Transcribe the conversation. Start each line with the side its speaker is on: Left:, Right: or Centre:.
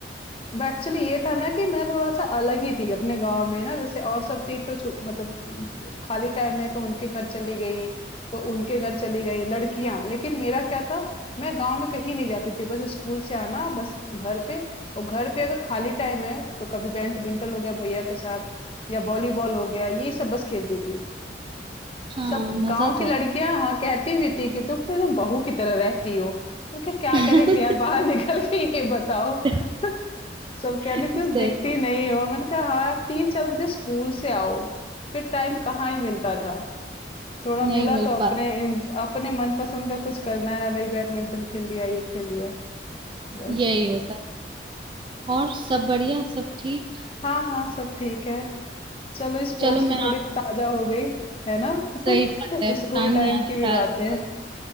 Left: एक्चुअली ये था ना कि मैं थोड़ा सा अलग ही थी अपने गांव में ना जैसे और सब थी तो छु- मतलब उम, खाली टाइम है तो उनके घर चली गई तो उनके घर चली गई लड़कियां लेकिन मेरा क्या था मैं गांव में कहीं नहीं जाती थी बस स्कूल से आना बस घर पे और घर पे अगर खाली टाइम है तो कभी बैडमिंटन हो गया भैया के साथ या वॉलीबॉल हो गया ये सब बस खेलती थी
Right: हाँ
Left: सब
Right: मजा
Left: गाँव की
Right: तो
Left: लड़कियाँ हाँ, कहती भी थी कि तुम तो एकदम बहू की तरह रहती हो। मैं कहा क्या
Right: <laughs>
Left: करेंगे यार बाहर निकल के ये बताओ।
Right: सही
Left: <laughs> सब कहते
Right: है,
Left: तुम दिखती नहीं हो। मैंने कहा हाँ, आप 3-4 बजे स्कूल से आओ। फिर टाइम कहाँ ही मिलता था। थोड़ा मिला
Right: नहीं मिल
Left: तो
Right: पाता
Left: अपने इन अपने मनपसंद का कुछ करना है वही बैडमिंटन खेल लिया, ये खेल लिया, बस।
Right: यही होता है और सब बढ़िया सब ठीक
Left: हाँ, हाँ, सब ठीक है। चलो स्पोर्ट्स
Right: चलो मैं
Left: की थोड़ी
Right: आप
Left: ताज़ा हो गई, है ना? <laughs>
Right: सही बात है पुरानी
Left: स्कूल टाइम
Right: यादें
Left: की भी
Right: ताज़ा
Left: बातें।
Right: हो गई।